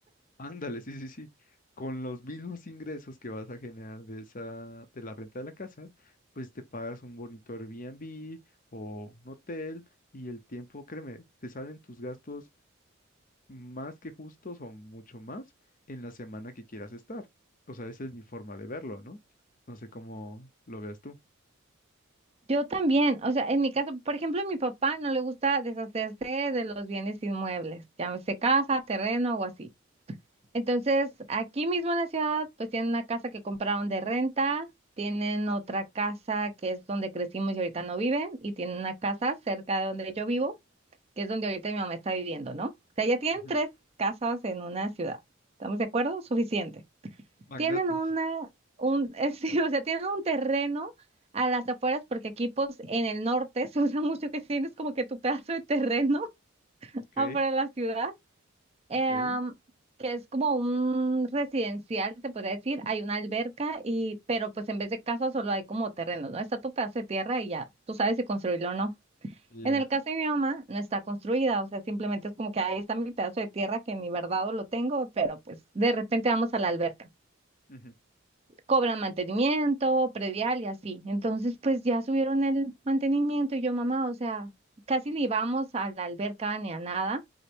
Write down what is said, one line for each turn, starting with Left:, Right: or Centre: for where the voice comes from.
Left: Ándale, sí, sí, sí. Con los mismos ingresos que vas a generar de esa, de la renta de la casa, pues te pagas un bonito Airbnb o un hotel y el tiempo, créeme, te salen tus gastos más que justos o mucho más en la semana que quieras estar. O sea, esa es mi forma de verlo, ¿no? No sé cómo lo veas tú.
Right: Yo también, o sea, en mi caso, por ejemplo, a mi papá no le gusta deshacerse de los bienes inmuebles, llámese casa, terreno o así. Entonces, aquí mismo en la ciudad, pues tienen una casa que compraron de renta, tienen otra casa que es donde crecimos y ahorita no viven, y tienen una casa cerca de donde yo vivo, que es donde ahorita mi mamá está viviendo, ¿no? O sea, ya tienen
Left: Ujú.
Right: tres casas en una ciudad. ¿Estamos de acuerdo? Suficiente.
Left: Magnate.
Right: Tienen una, un, <laughs> eh, sí, o sea, tienen un terreno a las afueras, porque aquí, pues, en el norte <laughs> se usa mucho que tienes como que tu pedazo de terreno <laughs>
Left: Ok,
Right: afuera de la ciudad em,
Left: ok,
Right: que es como un residencial, se podría decir, hay una alberca y, pero pues en vez de casa solo hay como terrenos, ¿no? Está tu pedazo de tierra y ya, tú sabes si construirlo o no.
Left: ya.
Right: En el caso de mi mamá, no está construida, o sea, simplemente es como que ahí está mi pedazo de tierra que ni verdad lo tengo, pero pues de repente vamos a la alberca
Left: Ujú.
Right: cobran mantenimiento, predial y así. Entonces, pues ya subieron el mantenimiento y yo, mamá, o sea, casi ni vamos a la alberca ni a nada